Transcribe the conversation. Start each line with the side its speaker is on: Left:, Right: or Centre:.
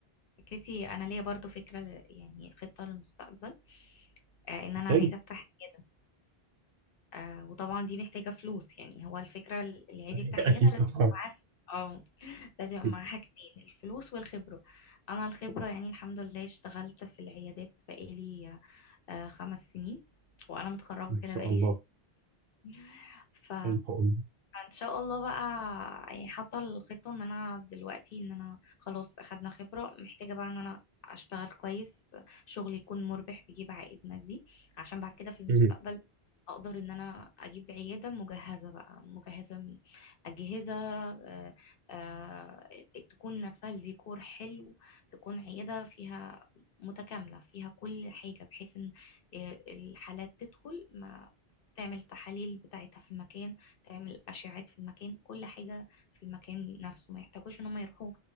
Left: فكرتي انا ليا برضو فكرة ل- يعني خطة للمستقبل آه، ان انا
Right: حلو
Left: عايزة افتح عيادة آه، وطبعا دي محتاجة فلوس يعني هو الفكرة اللي عايز
Right: <laughs>
Left: يفتح
Right: اكيد
Left: عيادة لازم
Right: طبعا
Left: يبقى
Right: اه
Left: معاه اه لازم يبقى
Right: أكيد.
Left: معاه حاجتين الفلوس والخبرة أنا الخبرة يعني الحمد لله اشتغلت في العيادات بقالي آه، خمس سنين وأنا متخرجة
Right: ان
Left: كده
Right: شاء
Left: بقالي
Right: الله
Left: <laughs> ف
Right: الله اقول
Left: ان شاء الله بقى يعني حاطه الخطه ان انا دلوقتي ان انا خلاص اخدنا خبره محتاجه بقى ان انا اشتغل كويس شغل يكون مربح بيجيب عائد مادي عشان بعد كده في المستقبل
Right: مهم.
Left: اقدر ان انا اجيب عياده مجهزه بقى مجهزه من اجهزه آه، آه، تكون نفسها الديكور حلو تكون عياده فيها متكامله فيها كل حاجه بحيث ان آه، الحالات تدخل ما تعمل تحاليل بتاعتها في المكان تعمل أشعات في المكان كل حاجة في المكان نفسه ما يحتاجوش ان هم يروحوا